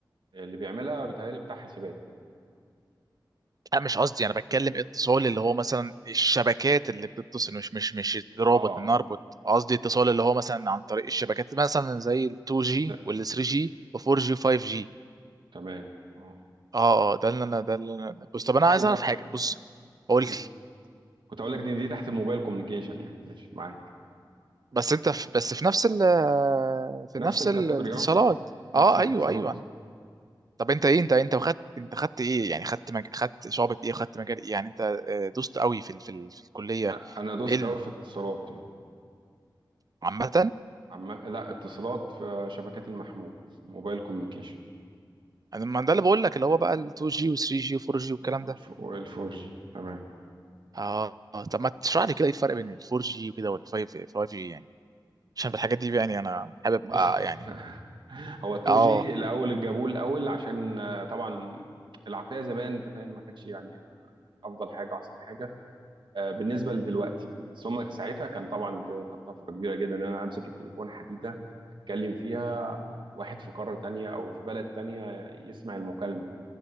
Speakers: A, on the right; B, on the right.
A: اللي بيعملها بيتهيألي بتاع حاسبات
B: لا مش قصدي انا بتكلم اتصال اللي هو مثلا الشبكات اللي بتتصل مش مش مش رابط
A: اه
B: ان اربط قصدي اتصال اللي هو مثلا عن طريق الشبكات مثلا زي ال 2G
A: ز-
B: وال 3G و 4G و 5G
A: تمام اه
B: اه اه ده اللي انا ده اللي انا بص طب انا
A: أي
B: عايز
A: ده
B: اعرف حاجه بص قول
A: مم.
B: لي
A: كنت أقول لك دي, دي تحت الموبايل كوميونيكيشن يعني ماشي معاك
B: بس انت في بس في نفس ال في
A: نفس
B: نفس
A: الكاتيجوري
B: الاتصالات
A: اه نفس
B: اه
A: الاتصالات
B: ايوه ايوه انا طب انت ايه انت انت خدت انت خدت ايه يعني خدت مج... خدت شعبة ايه خدت مجال ايه يعني انت آه، دوست قوي في ال... في, ال... في الكليه
A: أ- أنا دوست
B: علم
A: أوي في اتصالات يعني
B: عامه
A: عم لا اتصالات في شبكات المحمول موبايل كوميونيكيشن
B: انا ما ده اللي بقول لك اللي هو بقى ال 2G و 3G و 4G والكلام
A: والف-
B: ده
A: والفور جي تمام
B: اه آه، طب ما تشرح لي كده ايه الفرق بين ال 4G وكده وال 5G يعني عشان بالحاجات دي يعني انا حابب
A: بص
B: آه يعني
A: <laughs> هو 2G
B: اه
A: الاول اللي جابوه الاول عشان آه، طبعا العقليه زمان انت فاهم ما كانتش يعني افضل حاجه واحسن حاجه آه، بالنسبه لدلوقتي بس هم ساعتها كان طبعا دي كانت طفره كبيره جدا ان انا امسك التليفون حديده اتكلم فيها واحد في قاره تانية او في بلد تانية يسمع المكالمه